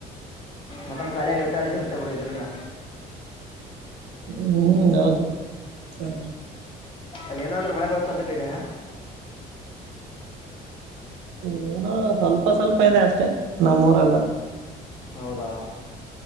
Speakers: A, on the left (about 30°); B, on the right (about 90°).
A: ಮಟನ್ ಕಾಲಿಗರ್ತೆ ಅಳ್ಸಿರುತ್ತೆ ಬಿಡು ಇದ್ರುನ್ನ.
B: ಹ್ಮ್ ಹೌದು ಹ.
A: ಅಲ್ಲಿ ಏನಾದ್ರರು ಮಳೆ ಬರೊ ಸಾಧ್ಯತೆ ಇದೇನ.
B: ಏನ ಸ್ವಲ್ಪ ಸ್ವಲ್ಪ ಇದೆ ಅಷ್ಟೇ ನಮ್ಮೂರೆಲ್ಲ.
A: ಹೌದಾ